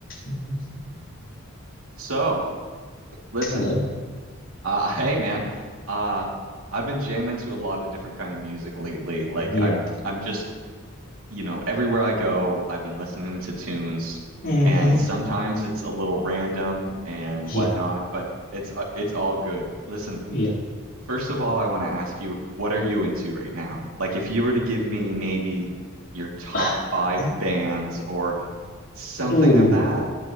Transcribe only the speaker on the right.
So, listen,
uh, <laughs> hey man, uh, I've been jamming to a lot of different kind of music lately. Like
I'm, I'm just, you know, everywhere I go, I've been listening to tunes,
and sometimes it's a little random and
whatnot, but it's, uh, it's all good. Listen,
first of all, I want to ask you, what are you into right now? Like, if you were to give me maybe your top
five bands or something
of that.